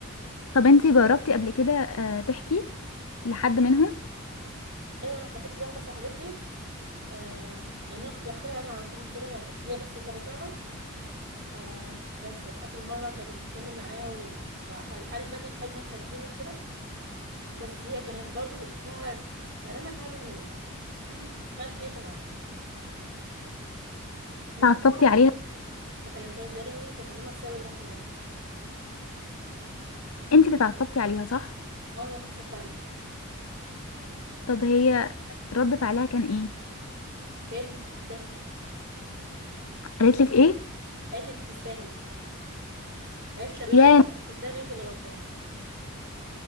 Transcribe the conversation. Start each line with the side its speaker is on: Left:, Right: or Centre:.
Left: طب انت جربتي قبل كده آه، تحكي لحد منهم
Right: ايوه انا حكيت لواحده صاحبتي آه يعني انا كنت بحكي لها يعني على طول كده يعني هي بس كانت بتعرف آه بس يعني اخر مره كانت بتتكلم معايا و- وقعدت بقى ان هي تحاول ان هي تهديني وكده بس هي كانت برضه فيها كلامها فيها لوم ليا <clears throat> فانا اتخانقت معاها خانتها
Left: تعصبتي
Right: معاهم
Left: عليها
Right: ما كلمتهاش بقالي يومين مش بكلمها بسبب الموقف ده
Left: انت اللي تعصبتي عليها صح
Right: اه انا اتعصبت عليها
Left: طب هي رد فعلها كان ايه
Right: هي قالت لي انت تستاهلي
Left: قالت لك ايه
Right: قالت لي انت تستاهلي قالت لي طب ايه
Left: يا
Right: رايك تستاهلي انت اللي غلطانه